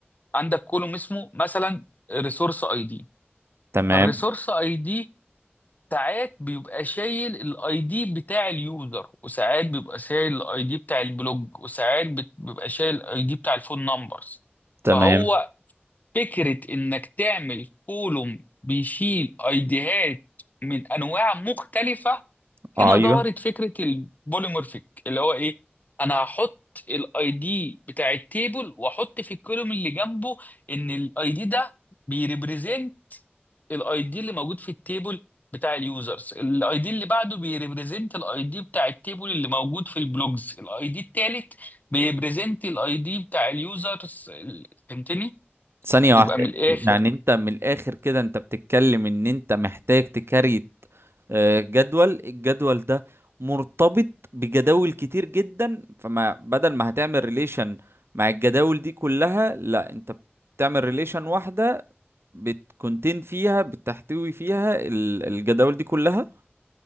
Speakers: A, on the left; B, on the right.
A: عندك كولوم اسمه مثلا ريسورس اي دي
B: تمام
A: فالريسورس اي دي ساعات بيبقى شايل الاي دي بتاع اليوزر وساعات بيبقى شايل الاي دي بتاع البلوج وساعات بت- بيبقى شايل الاي دي بتاع الفون نمبرز
B: تمام
A: فهو فكرة انك تعمل كولوم بيشيل ايديهات من انواع مختلفة
B: ايوه
A: هنا ظهرت فكرة البوليمورفيك اللي هو ايه انا هحط الاي دي بتاع التيبل واحط في الكولوم اللي جنبه ان الاي دي ده بيريبريزنت الاي دي اللي موجود في التيبل بتاع اليوزرز الاي دي اللي بعده بيريبريزنت الاي دي بتاع التيبل اللي موجود في البلوجز الاي دي التالت بيريبريزنت الاي دي بتاع اليوزرز فهمتني
B: ثانية واحدة
A: يبقى من الاخر
B: يعني انت من الاخر كده انت بتتكلم ان انت محتاج تكريت آه، جدول الجدول ده مرتبط بجداول كتير جدا فما بدل ما هتعمل ريليشن مع الجداول دي كلها لا انت بتعمل ريليشن واحدة بتكونتين فيها بتحتوي فيها ال- الجداول دي كلها